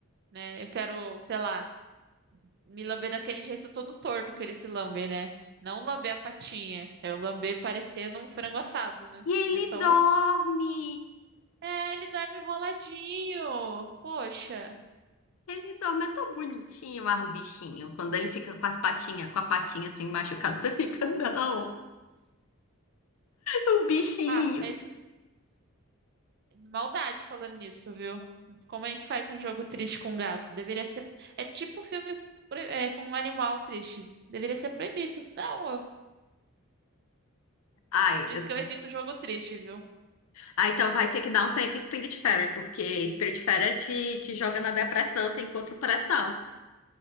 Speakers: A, on the right; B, on the left.
A: né? Eu quero, sei lá, me lamber daquele jeito todo torto que ele se lambe, né? Não lamber a patinha. É o lamber parecendo um frango assado, né?
B: E ele
A: De tão.
B: dorme.
A: É, ele dorme enroladinho. Poxa.
B: Ele dorme, é tão bonitinho, ah, o bichinho. Quando ele fica com as patinhas, com a patinha assim machucada, <laughs> você fica, não, o bichinho.
A: Ah, é isso Maldade falando nisso, viu? Como é que faz um jogo triste com gato? Deveria ser. É tipo filme pro- é, com um animal triste. Deveria ser proibido. Não, eu-
B: Ai,
A: por
B: assim.
A: isso que eu evito jogo triste, viu?
B: Ah, então vai ter que dar um tempo em Spirit Fairy, porque Spirit Fairy te, te joga na depressão, você encontra o pré-sal.